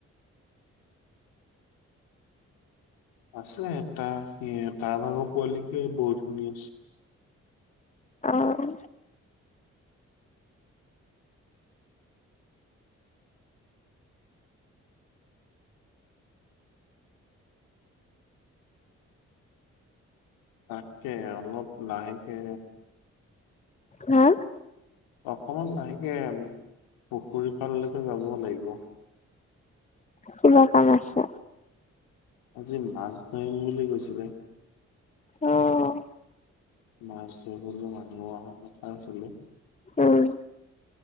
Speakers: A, on the left; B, on the left.
A: আছে এটা, হে তাৰ ভাগৰ পোৱালিকে বহুত ধুনীয়া আছে।
B: অ',
A: তাককে অলপ লাহেকে
B: হা
A: অকমান লাহেকে পুখুৰীফাললৈকে যাব লাগিব।
B: কিবা কাম আছে?
A: আজি মাছ ধৰিম বুলি কৈছিলে।
B: অ',
A: মাছ ধৰিম বুলি মানুহ অহা কথা আছিলে।
B: উম,